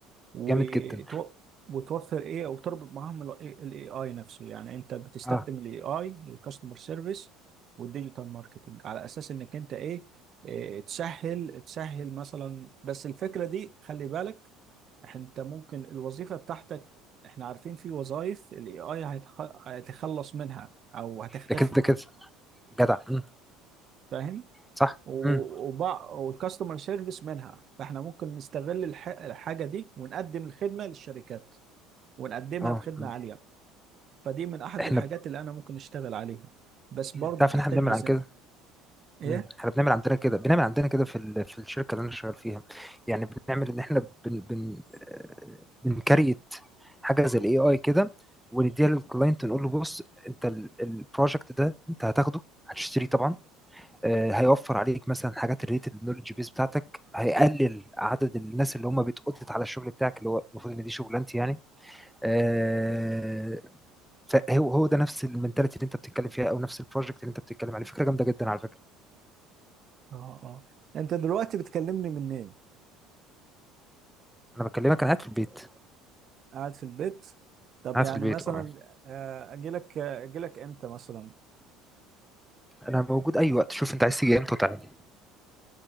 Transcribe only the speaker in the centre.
جامد جدًا،
آه،
ده كده كده، جدع، إمم،
صح،
إمم،
آه،
إمم،
إحنا
ب
إمم،
تعرف
إن إحنا بنعمل
عن كده
مم. احنا بنعمل عندنا كده بنعمل عندنا كده في ال- في الشركه اللي انا شغال فيها يعني بنعمل ان احنا بن بن آه، بنكريت حاجه زي الاي اي كده ونديها للكلاينت نقول له بص انت البروجكت ده انت هتاخده هتشتريه طبعا آه، هيوفر عليك مثلا حاجات ريليتد للنولج بيس بتاعتك هيقلل عدد الناس اللي هم بتقضت على الشغل بتاعك اللي هو المفروض ان دي شغلانتي يعني آه، فهو هو ده نفس المنتاليتي اللي انت بتتكلم فيها او نفس البروجكت اللي انت بتتكلم عليه فكره جامده جدا على فكره
انا بكلمك انا قاعد في البيت
قاعد
في البيت
اه
انا موجود اي وقت شوف انت عايز تيجي امتى وتعالى